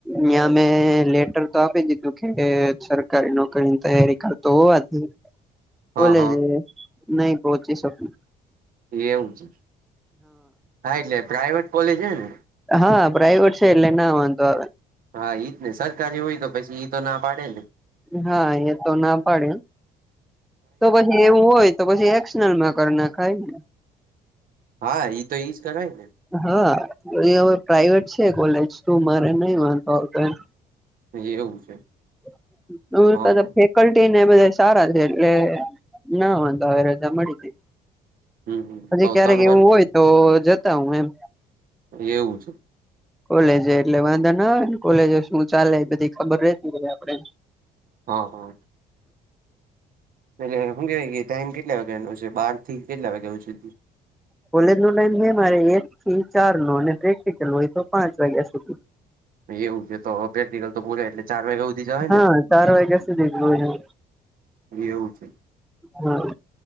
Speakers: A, in the centre; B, on the right.
A: ત્યાં મેં લેટર તો આપી દીધું કે સરકારી નોકરીની તૈયારી કરતો હોવા થી
B: હા
A: કોલેજે
B: હા
A: નહી પહોચી શકું.
B: એવું છે. હા એટલે પ્રાઈવેટ કોલેજ હે ને?
A: હા, પ્રાઈવેટ છે એટલે ના વાંધો આવે.
B: હા ઈ જ ને સરકારી હોય તો પછી ઈ તો ના પાડે ને.
A: હા એ તો ના પાડે તો પછી એવું હોય તો પછી એક્સનલમાં કર નખાય ને.
B: હા ઇ તો ઇ જ કરાય ને.
A: હા ઈ હવે પ્રાઈવેટ છે કોલેજ તો મારે નહી વાંધો આવતો એમ.
B: એવું છે.
A: <unintelligible>
B: હા હા
A: ફેકલ્ટી ને બધા સારા છે એટલે ના વાંધો હવે રજા મળી જાય.
B: હમ હમ
A: હજી
B: તો
A: ક્યારેક
B: ત્રણ વાર
A: એવું હોય તો જતો આવું એમ.
B: એવું છે.
A: કોલેજે એટલે વાંધો ના આવે ને કોલેજે શું ચાલે બધી ખબર રહેતી હોય આપડે.
B: હા, હા. એટલે શું કેવાય કે ટાઈમ કેટલા વાગ્યાનો છે બાર થી કેટલા વાગ્યાનો છે?
A: કોલેજનો ટાઈમ છે મારે એક થી ચારનો અને પ્રેક્ટિકલ હોય તો પાંચ વાગ્યા સુધી.
B: એવું છે તો પ્રેક્ટિકલ તો પૂરા એટલે ચાર વાગ્યા સુધી જ આવેને?
A: હા ચાર વાગ્યા સુધી જ હોય એમ.
B: એવું છે.
A: હા